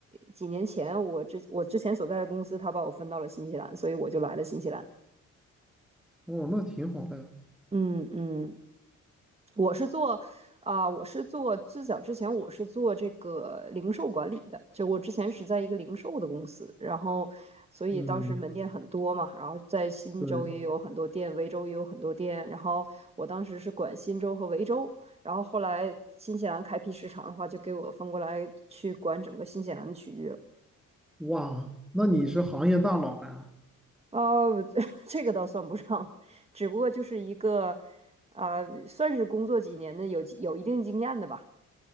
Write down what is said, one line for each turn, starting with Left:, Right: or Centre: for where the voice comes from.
Right: 几年前，我之我之前所在的公司，他把我分到了新西兰，所以我就来了新西兰。
Centre: 哦，那挺好的呀。
Right: 嗯嗯，我是做啊、呃我是做最早之前我是做这个零售管理的，就我之前是在一个零售的公司，然后所以当时门店很多嘛，
Centre: 嗯，
Right: 然后在新州也有很多店，
Centre: 对，
Right: 维州也有很多店，然后我当时是管新州和维州，然后后来新西兰开辟市场的话，就给我分过来去管整个新西兰的区域了。
Centre: 哇，那你是行业大佬呀？
Right: 哦，<laughs> 这个倒算不上，只不过就是一个，啊呃，算是工作几年的有有一定经验的吧。